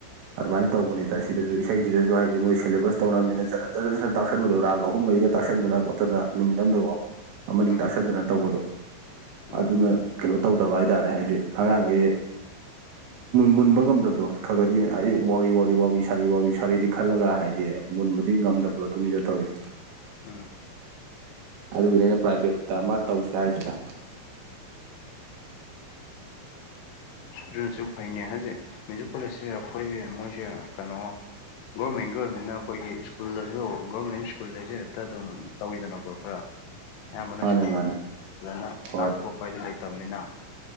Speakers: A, on the right (about 70°); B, on the left (about 85°).
A: ꯑꯗꯨꯃꯥꯏꯅ ꯇꯧꯕꯅꯤꯗ ꯁꯤꯗꯁꯨ ꯏꯁꯩꯁꯤꯗꯁꯨ ꯍꯥꯏꯗꯤ ꯃꯣꯏ ꯁꯦꯂꯦꯕꯁ ꯇꯧꯅꯕꯅꯤꯅ ꯖꯠ ꯖ ꯖꯔ ꯇꯥꯛꯁꯟꯕꯗꯣ ꯔꯥꯒ ꯑꯍꯨꯝ ꯃꯔꯤꯒ ꯇꯥꯛꯁꯤꯟꯗꯅ ꯈꯣꯠꯇꯅ ꯅꯨꯃꯤꯠ ꯑꯗꯀꯣ ꯑꯃꯅꯤ
B: ꯎꯝ
A: ꯇꯥꯛꯥꯁꯟꯗꯅ
B: ꯎꯝ
A: ꯇꯧꯕꯗꯣ
B: ꯎꯝ
A: ꯑꯗꯨꯅ ꯀꯩꯅꯣ ꯇꯧꯗꯕ ꯍꯥꯏꯇꯥꯔꯦ ꯍꯥꯏꯗꯤ ꯑꯉꯥꯡꯒꯩꯁꯦ ꯃꯨꯟꯕ ꯉꯝꯗꯕꯗꯣ ꯈ ꯈꯗꯤ ꯍꯥꯏꯗꯤ ꯋꯥ ꯋꯥꯔꯤ ꯋꯥ ꯁꯥꯔꯤ ꯋꯥ ꯁꯥꯔꯤꯗꯤ ꯈꯜꯂꯒ ꯍꯥꯏꯗꯤ ꯃꯨꯟꯕꯗꯤ ꯉꯝꯗꯕꯗꯣ ꯑꯗꯨꯅꯤ ꯆꯠ ꯇꯧꯔꯤꯁꯦ
B: ꯎꯝ
A: ꯑꯗꯨꯒꯤꯅꯦ ꯑꯩꯅ ꯄ꯭ꯔꯥꯏꯚꯦꯠꯇ ꯑꯃ ꯇꯧꯁꯦ ꯍꯥꯏꯁꯤꯗ
B: ꯑꯗꯨꯟꯁꯨ ꯐꯩꯅꯦ ꯍꯥꯏꯖꯤꯛ ꯃ꯭ꯌꯨꯖꯤꯛ ꯀꯣꯂꯦꯖꯁꯤꯦ ꯑꯩꯈꯣꯏꯒꯤ ꯃꯣꯏꯁꯦ ꯀꯩꯅꯣ ꯒꯣꯔꯃꯦꯟꯒꯤ ꯑꯣꯏꯅꯤꯅ ꯑꯩꯈꯣꯏꯒꯤ ꯁ꯭ꯀꯨꯜꯗꯁꯨ ꯒꯣꯔꯃꯦꯟ ꯁ꯭ꯀꯨꯜ ꯍꯥꯏꯁꯦ ꯍꯦꯛꯇ ꯑꯗꯨꯝ ꯇꯧꯋꯤꯗꯅꯀꯣ ꯈꯔ ꯑꯌꯥꯝꯕꯅꯁꯨ
A: ꯃꯥꯅꯦ ꯃꯥꯅꯦ
B: ꯐꯖꯅ
A: ꯍꯣꯏ
B: ꯇꯥꯞ ꯈꯣꯠꯄ ꯍꯥꯏꯗꯨ ꯂꯩꯇꯕꯅꯤꯅ